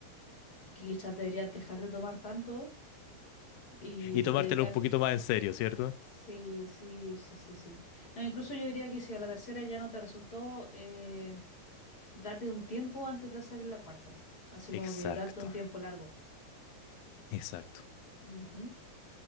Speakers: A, on the left; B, on the left.
A: que quizás deberías dejar de tomar tanto y
B: Y tomártelo
A: dedicar
B: un poquito más en serio, ¿cierto?
A: Sí, sí, sí, sí, sí. No, incluso yo diría que si a la tercera ya no te resultó, eh, date un tiempo antes de hacer la cuarta. Así
B: Exacto,
A: como que date un tiempo largo.
B: exacto.
A: Ujú.